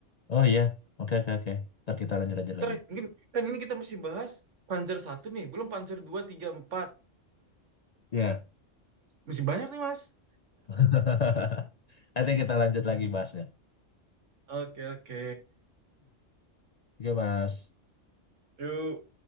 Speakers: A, on the left (about 50°); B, on the right (about 75°).
A: Oh iya, oke oke oke. Ntar kita lanjut-lanjut
B: Ntar
A: lagi.
B: mungkin kan ini kita masih bahas Panzer satu nih belum Panzer dua tiga empat
A: Iya.
B: masih banyak nih mas
A: <laughs> Nanti kita lanjut lagi bahasnya.
B: oke oke
A: Oke Mas.
B: yuk